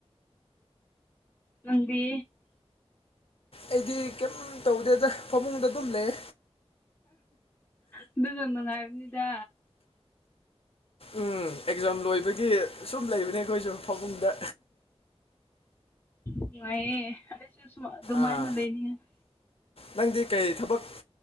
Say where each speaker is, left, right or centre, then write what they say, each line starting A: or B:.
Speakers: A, on the left (about 20°); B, on the left (about 65°).
A: ꯅꯪꯗꯤ
B: ꯑꯩꯗꯤ ꯀꯩꯝ ꯇꯧꯗꯦꯗ ꯐꯃꯨꯡꯗ ꯑꯗꯨꯝ ꯂꯩ
A: ꯑꯗꯨꯅ ꯅꯨꯡꯉꯥꯏꯕꯅꯤꯗ
B: ꯎꯝ ꯑꯦꯛꯖꯥꯝ ꯂꯣꯏꯕꯒꯤ ꯁꯨꯝ ꯂꯩꯕꯅꯦ ꯑꯩꯈꯣꯏꯁꯨ ꯐꯥꯕꯨꯡꯗ
A: ꯅꯨꯡꯉꯥꯏꯌꯦ ꯑꯩꯁꯨ ꯁꯨꯃꯥ ꯑꯗꯨꯃꯥꯏꯅ
B: ꯑꯥ
A: ꯂꯩꯅꯤꯡꯉꯤ
B: ꯅꯪꯗꯤ ꯀꯩ ꯊꯕꯛ